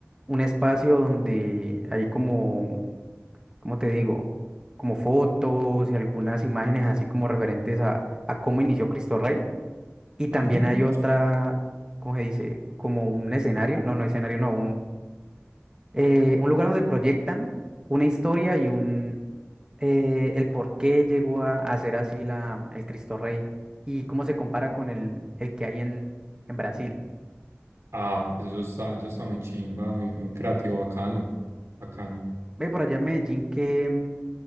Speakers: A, on the right (about 20°); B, on the right (about 85°).
A: un espacio donde hay como, ¿cómo te digo? Como fotos y algunas imágenes así como referentes a, a cómo inició Cristo Rey. Y también
B: Ujú.
A: hay otra, ¿cómo se dice? Como un escenario, no, no escenario, no, eh, un lugar donde proyectan una historia y un eh, el por qué llegó a, a ser así la, el Cristo Rey y cómo se compara con el, el que hay en, en Brasil.
B: Ah, parce, eso está, eso está muy chimba, muy, muy creativo, bacano, bacano.
A: Ve por allá en Medellín, ¿qué, mm,